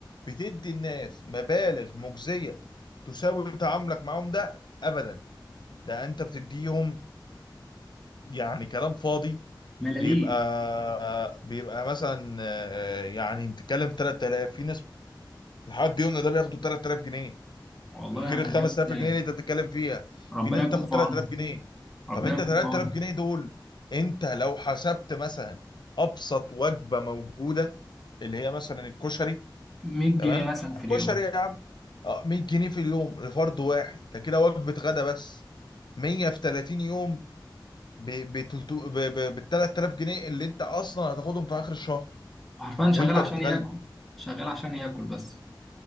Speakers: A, on the left; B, in the centre.
A: بتدي الناس مبالغ مجزية تساوي تعاملك معاهم ده ابدا ده انت بتديهم يعني كلام فاضي
B: ملاليم
A: بيبقى بيبقى مثلا آه، يعني بتتكلم في 3000 في ناس لحد يومنا ده بياخدوا 3000 جنيه
B: والله
A: غير
B: يعني
A: ال 5000
B: بجد
A: جنيه اللي انت بتتكلم فيها
B: ربنا
A: في ناس
B: يكون
A: بتاخد
B: في
A: 3000
B: عونهم
A: جنيه
B: ربنا
A: طب انت
B: يكون
A: 3000
B: في عونهم
A: جنيه دول انت لو حسبت مثلا ابسط وجبة موجودة اللي هي مثلا الكشري
B: 100
A: تمام
B: جنيه مثلا في اليوم
A: كشري يا عم آه، 100 جنيه في اليوم لفرد واحد ده كده وجبه غدا بس 100 في 30 يوم ب ب تلتو- ب 3000 جنيه اللي انت اصلا هتاخدهم في اخر الشهر
B: عارفان شغال
A: وانت
B: عشان
A: بتغلب
B: ياكل شغال عشان ياكل بس